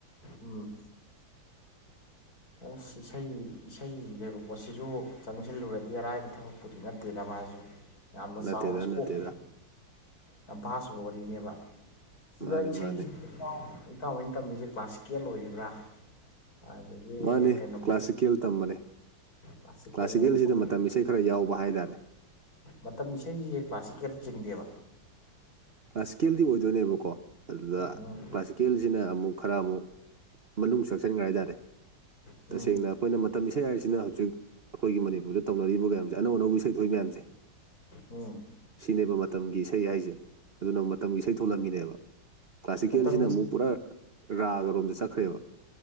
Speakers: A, on the left; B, on the right.
A: ꯎꯝ ꯑꯁ ꯏꯁꯩ ꯏꯁꯩ ꯂꯩꯕ ꯄꯣꯠꯁꯤꯁꯨ ꯆꯪꯁꯤꯜꯂꯨꯔꯗꯤ ꯑꯔꯥꯏꯕ ꯊꯕꯛ ꯄꯨꯗꯤ ꯅꯠꯇꯦꯗ ꯃꯥꯁꯨ ꯌꯥꯝꯅ ꯆꯥꯎꯕ
B: ꯅꯠꯇꯦꯗ
A: ꯏꯁꯀꯣꯛ
B: ꯅꯠꯇꯦꯗ
A: ꯌꯥꯝ ꯚꯁꯕ ꯑꯣꯏꯕ ꯋꯥꯔꯤꯅꯦꯕ ꯁꯤꯗ
B: ꯃꯥꯅꯤ
A: ꯏꯁꯩꯁꯤ
B: ꯃꯥꯅꯤ
A: ꯏꯇꯥꯎꯍꯣꯢꯅ ꯇꯝꯃꯤꯁꯦ ꯀ꯭ꯂꯥꯁꯤꯀꯦꯜ ꯑꯣꯏꯔꯤꯕ꯭ꯔꯥ ꯑꯗꯒꯤ
B: ꯃꯥꯅꯤ
A: ꯀꯩꯅꯣ
B: ꯀ꯭ꯂꯥꯁꯤꯀꯦꯜ ꯇꯝꯕꯅꯤ
A: ꯀ꯭ꯂꯥꯁꯤꯀꯦꯜꯅꯦꯕꯀꯣ
B: ꯀ꯭ꯂꯥꯁꯤꯀꯦꯜꯁꯤꯗ ꯃꯇꯝ ꯏꯁꯩ ꯈꯔ ꯌꯥꯎꯕ ꯍꯥꯏ ꯇꯔꯦ
A: ꯃꯇꯝ ꯏꯁꯩꯁꯦ ꯀ꯭ꯂꯥꯁꯤꯀꯦꯜ ꯆꯤꯡꯗꯦꯕ
B: ꯀ꯭ꯂꯥꯁꯤꯀꯦꯜꯗꯤ ꯑꯣꯏꯗꯣꯏꯅꯦꯕꯀꯣ ꯑꯗꯨꯗ
A: ꯎꯝ
B: ꯀ꯭ꯂꯥ ꯀꯦꯜꯁꯤꯅ ꯑꯃꯨꯛ ꯈꯔ ꯑꯃꯨꯛ ꯃꯅꯨꯡ ꯆꯡꯁꯤꯟꯒ꯭ꯔꯦ ꯍꯥꯏꯇꯥꯔꯦ
A: ꯎꯝ
B: ꯇꯁꯦꯡꯅ ꯑꯩꯈꯣꯏꯅ ꯃꯇꯝ ꯏꯁꯩ ꯍꯥꯏꯔꯤꯁꯤꯅ ꯍꯧꯖꯤꯛ ꯑꯩꯈꯣꯏꯒꯤ ꯃꯅꯤꯄꯨꯔꯗ ꯇꯧꯅꯔꯤꯕ ꯃꯌꯥꯝꯁꯦ ꯑꯅꯧ ꯑꯅꯧꯕ ꯢꯁꯩꯊꯣꯛꯢꯃꯌꯥꯝꯁꯦ
A: ꯑꯝ
B: ꯁꯤꯅꯦꯕ ꯃꯇꯝꯒꯤ ꯏꯁꯩ ꯍꯥꯏꯁꯦ ꯑꯗꯨꯅ ꯃꯇꯝꯒꯤ ꯏꯁꯩ ꯊꯣꯛꯂꯝꯃꯤꯅꯦꯕ ꯀ꯭ꯂꯥꯁꯤꯀꯦꯜꯁꯤꯅ
A: ꯃꯇꯝ
B: ꯑꯃꯨꯛ ꯄꯨꯔꯥ ꯔꯥꯒ ꯔꯣꯝꯗ ꯆꯠꯈ꯭ꯔꯦꯕ